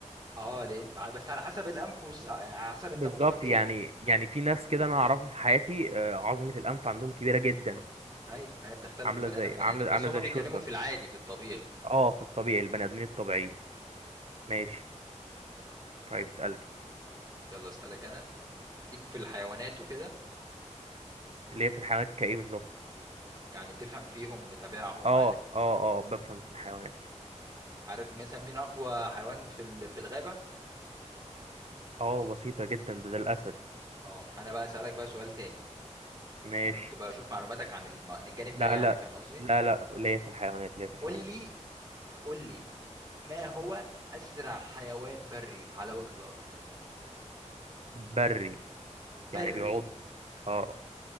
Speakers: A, on the right; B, on the right.
A: اه لان بس على حسب الانف والس... آه، يعني على حسب انت
B: بالظبط
A: موقفك ايه
B: يعني يعني في ناس كده أنا أعرفها في حياتي آه، عظمة الأنف عندهم كبيرة جدا
A: اي هي بتختلف
B: عاملة
A: من بني
B: زي
A: ادم لبني
B: عاملة
A: ادم بس
B: عاملة
A: هما
B: زي
A: بيتكلموا
B: الشوتجن
A: في العادي في الطبيعي
B: اه في الطبيعي البني آدمين الطبيعيين ماشي طيب اسألني
A: يلا اسالك انا ليك في الحيوانات وكده
B: اللي هي في الحيوانات كإيه بالظبط
A: يعني بتفهم فيهم بتابعهم
B: اه
A: عارف
B: اه اه بفهم في الحيوانات
A: عارف مثلا مين اقوى حيوان في ال- في الغابه
B: اه بسيطة جدا ده ده الأسد
A: اه انا بقى اسالك بقى سؤال تاني
B: ماشي
A: انا كنت بشوف معلوماتك عن الم... عن الجانب
B: لا
A: ده يعني
B: لا
A: فاهم قصدي
B: لا لا ليا في الحيوانات ليا في الحيوانات
A: قول لي قول لي ما هو اسرع حيوان بري على وجه الارض
B: بري يعني
A: بري
B: بيعض اه